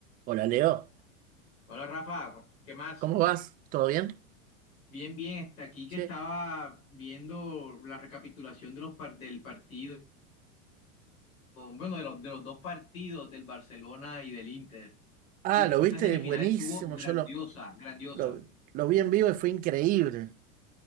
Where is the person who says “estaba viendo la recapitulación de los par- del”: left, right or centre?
Left